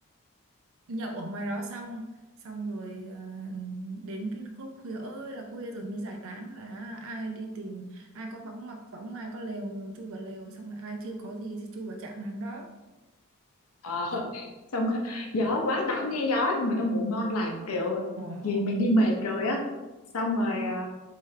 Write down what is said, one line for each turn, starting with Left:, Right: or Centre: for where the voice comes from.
Right: nhậu ở ngoài đó xong xong rồi ờ, đến cái khúc khuya ơi là khuya rồi mới giải tán là ai đi tìm ai có vắng mặc võng ai có lều chui vào lều xong rồi ai chưa có gì thì chui vào trạm nằm đó
Left: Ờ, xong <laughs> gió quá tao cũng nghe gió nhưng mà tao ngủ ngon lành kiểu
Right: ngồi ô,
Left: vì mình đi mệt rồi á xong rồi à,